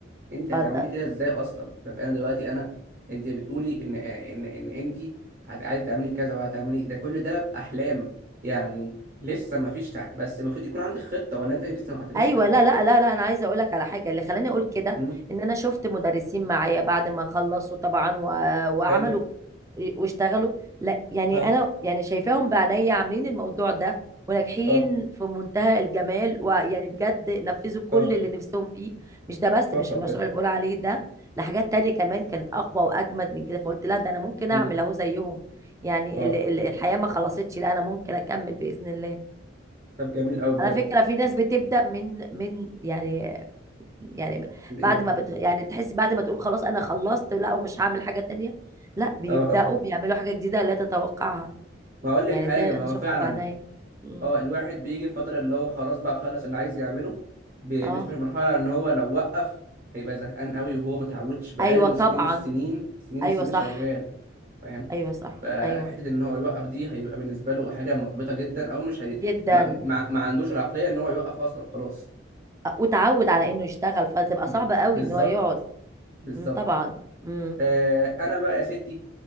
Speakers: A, on the right (about 45°); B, on the right (about 15°).
A: انت
B: اتفضل
A: هتعملي كده ازاي اصلا طب انا دلوقتي انا انت بتقولي ان ان ان انت هت- عايزه تعملي كذا وهتعملي ده كل ده احلام يعني لسه ما فيش تع... بس المفروض يكون عندك خطه ولا انت لسه ما حطيتيش
B: ايوه
A: خطه
B: لا لا لا لا انا عايزه اقول لك على حاجه اللي خلاني اقول كده
A: امم
B: ان انا شفت مدرسين معايا بعد ما خلصوا طبعا و... وعملوا
A: حلو
B: واشتغلوا لا يعني
A: ها
B: انا يعني شايفاهم بعينيا عاملين الموضوع ده وناجحين
A: اه
B: في منتهى الجمال ويعني بجد نفذوا كل
A: اه
B: اللي نفسهم فيه مش ده بس
A: تحفه
B: مش المشروع
A: بجد
B: اللي بقول عليه ده لحاجات تانية كمان كانت اقوى واجمد من كده فقلت لا ده انا ممكن اعمل
A: امم
B: اهو زيهم يعني
A: اه
B: ال... ال... الحياه ما خلصتش لا انا ممكن اكمل باذن الله
A: طب جميل قوي بجد
B: على فكرة في ناس بتبدأ من من يعني يعني
A: ايه
B: بعد ما بت يعني تحس بعد ما تقول خلاص أنا خلصت لا ومش هعمل حاجة تانية لا بيبدأوا
A: اه
B: بيعملوا حاجة جديدة لا تتوقعها
A: ما اقول لك
B: يعني
A: حاجه
B: ده أنا
A: ما
B: شفته
A: هو فعلا
B: بعيني مم.
A: اه الواحد بيجي في فترة اللي هو خلاص بقى خلص اللي عايز يعمله بي-
B: اه
A: بيدخل في مرحلة ان هو لو وقف هيبقى زهقان قوي وهو ما تعودش بقاله
B: أيوة
A: سنين
B: طبعا
A: السنين سنين
B: أيوة
A: السنين
B: صح
A: شغال فاهم
B: أيوة صح
A: فحتة
B: أيوة
A: ان هو يوقف دي هيبقى بالنسبة له حاجة محبطة جدا او مش هي...
B: جدا
A: ما... ما... ما عندوش العقلية ان هو يوقف اصلا خلاص
B: وتعود على إنه يشتغل فتبقى
A: م.
B: صعبة قوي
A: بالظبط
B: إن هو يقعد
A: بالظبط
B: مم. طبعا مم.
A: آه انا بقى يا ستي